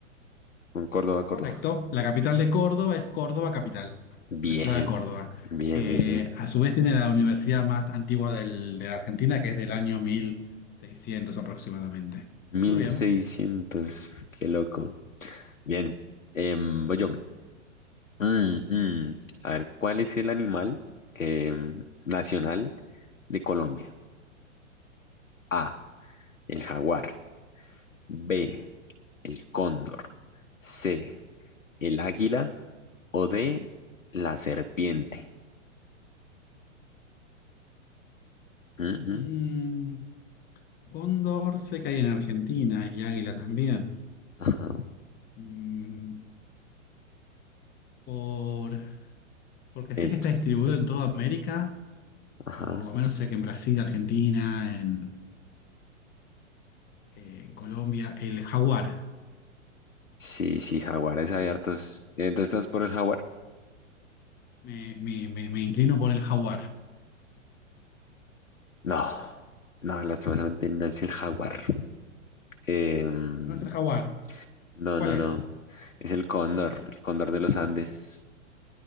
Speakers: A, on the left (about 90°); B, on the left (about 25°).
A: con Córdoba, Córdoba.
B: Correcto. La capital de Córdoba es Córdoba Capital,
A: Bien,
B: la ciudad de Córdoba,
A: bien,
B: que
A: bien, bien.
B: a su vez tiene la universidad más antigua del- de la Argentina, que es del año mil seiscientos aproximadamente.
A: mil
B: Muy bien.
A: seiscientos qué loco. Bien, em, voy yo. Mm, mm. A ver, ¿cuál es el animal em, nacional de Colombia? A, el jaguar. B, el cóndor. C, el águila. O D, la serpiente. Mm, mm.
B: Mm, Cóndor sé que hay en Argentina y águila también.
A: Ajá.
B: Mm, por Porque
A: eh,
B: sé que está distribuido en toda América,
A: ajá.
B: o por lo menos sé que en Brasil, Argentina, en, eh, en Colombia, el jaguar.
A: Sí, sí, jaguares hay hartos. Entonces, ¿estás por el jaguar?
B: Me, me- me- me inclino por el jaguar.
A: No, no, lastimosamente no es el jaguar. Em,
B: No es el jaguar.
A: no,
B: ¿Cuál
A: no,
B: es?
A: no. Es el cóndor, el cóndor de los Andes.